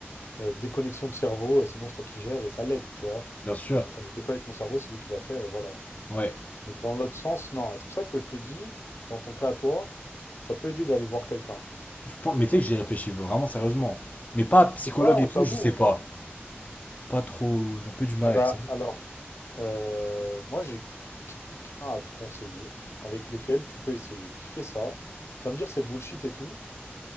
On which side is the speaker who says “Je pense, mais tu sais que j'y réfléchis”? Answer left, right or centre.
Left